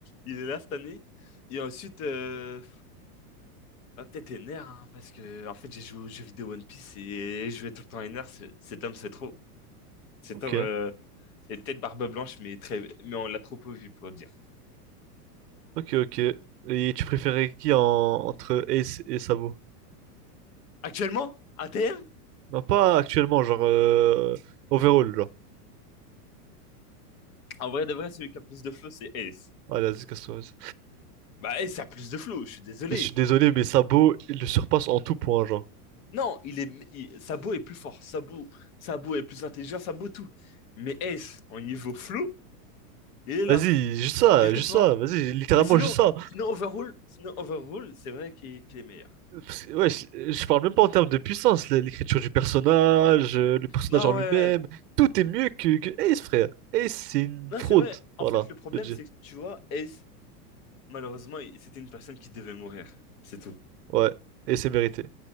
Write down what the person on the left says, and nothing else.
Il est là cette année. Et ensuite, euh, bah, peut-être Ener, hein, parce que en fait, j'ai joué aux jeux vidéo One Piece et je jouais tout le temps Ener. Ce- Cet homme, c'est trop. Cet
homme euh, est peut-être barbe blanche, mais très, mais on l'a trop peu vu pour le dire.
Actuellement, ATM,
en vrai de vrai, celui qui a plus de flow, c'est Ace.
Bah, Ace a plus de flow, je suis désolé.
Non, il est, il- Sabo est plus fort. Sabo, Sabo est plus intelligent. Sabo tout. Mais Ace, en niveau flow, il est là.
Il est devant.
Mais sinon,
sinon Overrule, sinon Overrule, c'est vrai qu'il qu'il est meilleur.
Non,
ouais. ouais, ouais.
Non,
c'est vrai. En
fait, le problème,
c'est que tu vois, Ace, malheureusement, il- c'était une personne qui devait mourir. C'est tout.